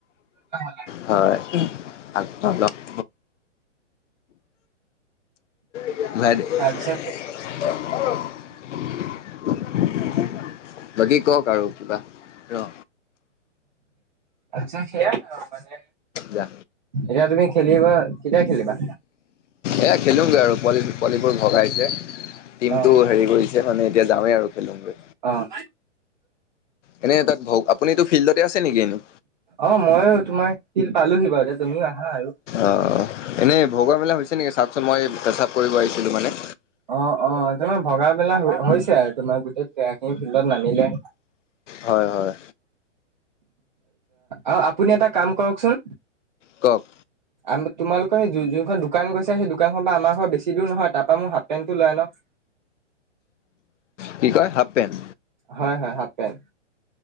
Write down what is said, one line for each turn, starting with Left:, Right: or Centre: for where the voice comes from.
Right: <unintelligible>
Left: হয়! আকৌ অলপ <unintelligible>
Right: তাৰপিছত
Left: বাকী কওঁক আৰু কিবা? ৰ'।
Right: আচ্ছা, সেয়াই মানে।
Left: যা
Right: এতিয়া, তুমি খেলিবা, কেতিয়া খেলিবা?
Left: এয়া, খেলোগে আৰু। পোৱালি, পোৱালিবোৰ ভগাইছে, টিমটো
Right: অ
Left: হেৰি কৰি কৰিছে মানে। এতিয়া যাওঁৱে আৰু‌ খেলোগে।
Right: অ'!
Left: এনে তাক ভওক আপুনি এতিয়া ফিল্ডতে আছে নেকি এনেও
Right: অ মইও তোমাৰ ফিল্ড পালোহি বাৰু তুমিও আহা আৰু
Left: অঁঁ এনেই ভগুৱাৰ্মেলা হৈছে নেকি চাওকচোন মই পেচাপ কৰিব আহিছিলোঁ মানে
Right: অ অ তোমাৰ ভগা মেলা হৈছে আৰু তোমাৰ গোটেই প্লেয়াৰ খিনি ফিল্ডত নামিলে
Left: হয় হয়
Right: অ আপুনি এটা কাম কৰকচোন
Left: কক
Right: আ তোমালোকৰ যোনখন দোকান গৈছে সেই দোকানখনৰ পৰা আমাৰ ঘৰৰ বেছি দূৰ নহয় তাৰ পৰা মোৰ হাফ পেন্টটো লৈ আনক
Left: কি কয় হাফ পেন্ট
Right: হয় হয় হাফ পেণ্ট